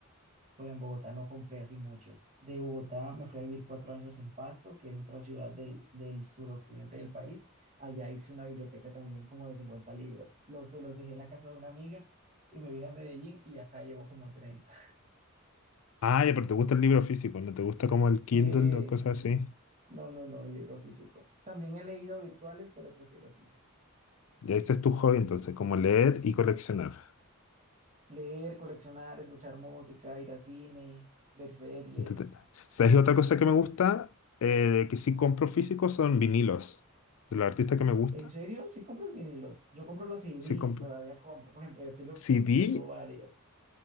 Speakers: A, on the right; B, on the left.
A: Bueno, en Bogotá no compré así muchos. De Bogotá me fui a vivir cuatro años en Pasto, que es otra ciudad del, del suroccidente del país. Allá hice una biblioteca también como de 50 libros. Los, se los dejé en la casa de una amiga y me vine a Medellín y acá llevo como treinta
B: Ah, ya, pero te gusta el libro físico, ¿no te gusta como
A: <laughs>
B: el Kindle
A: Sí,
B: o cosas así?
A: no, no, no, el libro físico. También he leído virtuales, pero prefiero físico.
B: Ya ese es tu hobby, entonces, como leer y coleccionar.
A: Leer, coleccionar, escuchar música, ir a cine, ver series.
B: Entrete- ¿Sabes otra cosa que me gusta? Eh, que sí compro físico son vinilos. De los artistas que me gusta.
A: ¿En serio? ¿Sí compras vinilos? Yo compro los CDs,
B: Sí, compro.
A: todavía compro. Por ejemplo, de Taylor
B: CD,
A: Swift tengo varios,